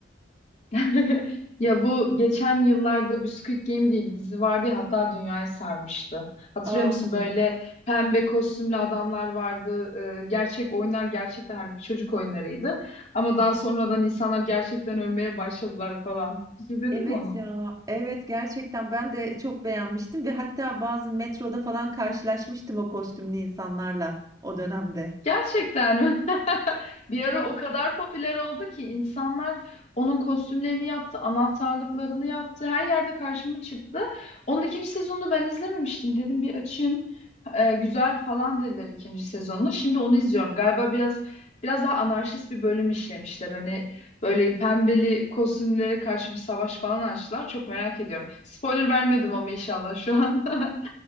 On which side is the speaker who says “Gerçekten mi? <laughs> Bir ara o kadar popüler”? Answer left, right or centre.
Left